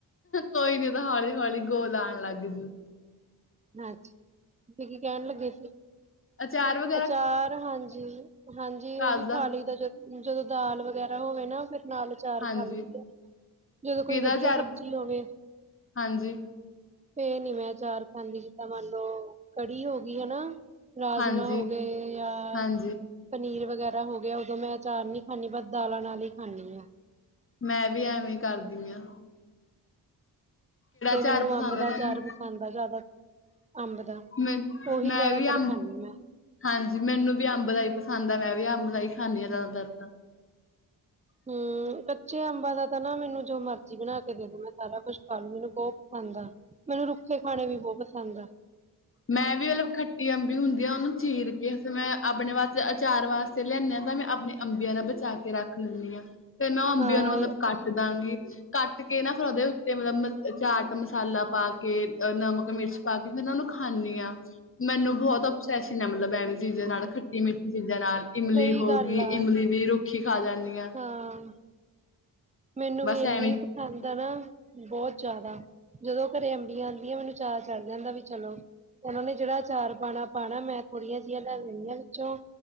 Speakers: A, on the left; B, on the right.
A: ਕੋਈ ਨੀ ਤਾਂ ਹੌਲੀ -ਹੌਲੀ ਗੋਲ ਆਉਣ ਲੱਗ ਜੂ।
B: ਅੱਛਾ, ਤੁਸੀਂ ਕੀ ਕਹਿਣ ਲੱਗੇ ਸੀ।
A: ਆਚਾਰ ਵ
B: ਆਚਾਰ ਹਾਂਜੀ, ਹਾਂਜੀ ਉਹ
A: ਘਰ
B: ਵੀ ਖਾ
A: ਦਾ
B: ਲਈਦਾ ਜ ਜਦੋਂ ਦਾਲ ਵਗੈਰਾ ਹੋਵੇ ਨਾ ਫਿਰ ਨਾਲ ਆਚਾਰ
A: ਹਾਂਜੀ
B: ਖਾ ਲਈਦਾ। ਜਦੋਂ ਕੋਈ
A: ਕਿਹਦਾ
B: ਵਧੀਆ
A: ਚਾਰ
B: ਸਬਜ਼ੀ ਹੋਵੇ
A: ਹਾਂਜੀ
B: ਫਿਰ ਨੀ ਮੈਂ ਆਚਾਰ ਖਾਂਦੀ, ਜਿੱਦਾਂ ਮੰਨ ਲਓ ਕੜੀ ਹੋ ਗਈ ਹਨਾ ਰਾਜਮਾਂਹ
A: ਹਾਂਜੀ
B: ਹੋ ਗਏ ਯਾ
A: ਹਾਂਜੀ
B: ਪਨੀਰ ਵਗੈਰਾ ਹੋ ਗਏ, ਉਦੋਂ ਮੈਂ ਅਚਾਰ ਨਹੀਂ ਖਾਂਦੀ ਬਸ ਦਾਲਾਂ ਨਾਲ ਹੀ ਖਾਂਦੀ ਆ
A: ਮੈਂ ਵੀ ਐਵੇਂ ਕਰਦੀ ਆਂ
B: 'ਤੇ ਮੈਨੂੰ
A: ਚਾਰ ਪਸੰਦ
B: ਅੰਬ ਦਾ
A: ਆ ਤੁਹਾਨੂੰ
B: ਆਚਾਰ ਪਸੰਦ ਆ ਜ਼ਿਆਦਾ, ਅੰਬ ਦਾ
A: ਮੈਂ
B: ਉਹੀ
A: ਮੈਂ
B: ਜਿਆਦਾਤਰ
A: ਵੀ ਅੰਬ
B: ਖਾਨੀ ਆ
A: ਹਾਂਜੀ ਮੈਨੂੰ ਵੀ ਅੰਬ ਦਾ ਹੀ ਪਸੰਦ ਐ, ਮੈਂ ਵੀ ਅੰਬ ਦਾ ਹੀ ਖਾਂਦੀ ਹਾਂ ਜ਼ਿਆਦਾਤਰ ਤਾਂ
B: ਹਮ, ਕੱਚੇ ਅੰਬਾਂ ਦਾ ਤਾਂ ਨਾ ਮੈਨੂੰ ਜੋ ਮਰਜੀ ਬਣਾ ਕੇ ਦੇ ਦੋ ਮੈਂ ਸਾਰਾ ਕੁਛ ਖਾਲੂ, ਮੈਨੂੰ ਬਹੁਤ ਪਸੰਦ ਆ ਮੈਨੂੰ ਰੁੱਖੇ ਖਾਣੇ ਵੀ ਬਹੁਤ ਪਸੰਦ ਆ
A: ਮੈਂ ਵੀ ਮਤਲਬ ਖੱਟੀ ਅੰਬੀ ਹੁੰਦੀ ਆ ਉਹਨੂੰ ਚੀਰ ਕੇ ਫੇਰ ਮੈਂ ਆਪਣੇ ਵਾਸਤੇ ਅਚਾਰ ਵਾਸਤੇ ਤੇ ਲਿਆਂਦੀ ਹਾਂ ਤਾਂ ਮੈਂ ਆਪਣੇ ਅੰਬੀਆਂ ਨਾਲ ਬਚਾ ਕੇ ਰੱਖ ਲੈਂਦੀ ਹਾਂ ਫਿਰ ਮੈਂ ਉਹ ਅੰਬੀਆਂ
B: ਹਾਂ
A: ਨੂੰ ਮਤਲਬ
B: ਇਹ
A: ਕੱਟ ਦਾਂਗੀ ਕੱਟ ਕੇ ਨਾ ਫੇਰ ਉਹਦੇ ਉੱਤੇ ਮਤਲਬ ਚਾਟ ਮਸਾਲਾ ਪਾ ਕੇ ਅਹ ਨਮਕ ਮਿਰਚ ਪਾ ਕੇ ਫਿਰ ਉਹਨੂੰ ਖਾਂਦੀ ਆਂ, ਮੈਨੂੰ ਬਹੁਤ ਅਸੈਸ ਨਾ ਮਤਲਬ ਐਵੇਂ ਚੀਜ਼ਾਂ ਨਾਲ ਖੱਟੀ ਮਿੱਠੀ ਚੀਜ਼ਾਂ ਨਾਲ ਇਮਲੀ
B: ਸਹੀ
A: ਹੋ
B: ਗੱਲ
A: ਗਈ,
B: ਆ
A: ਇਮਲੀ ਵੀ ਰੁੱਖੀ ਖਾ ਜਾਂਦੀ ਆ
B: ਹਾਂ ਮੈਨੂੰ
A: ਬਸ
B: ਵੀ ਇੰਨੀ
A: ਐਵੇਂ
B: ਪਸੰਦ ਆ ਨਾ ਬਹੁਤ ਜ਼ਿਆਦਾ, ਜਦੋਂ ਘਰੇ ਅੰਬੀਆਂ ਆਂਦੀਆਂ ਮੈਨੂੰ ਚਾਅ ਚੜ ਜਾਂਦਾ ਵੀ ਚਲੋ ਉਹਨਾਂ ਨੇ ਜਿਹੜਾ ਅਚਾਰ ਪਾਣਾ, ਪਾਉਣਾ ਮੈਂ ਥੋੜ੍ਹੀਆਂ ਜਿਹੀਆਂ ਲੈ ਲੈਣੀਆਂ ਵਿੱਚੋਂ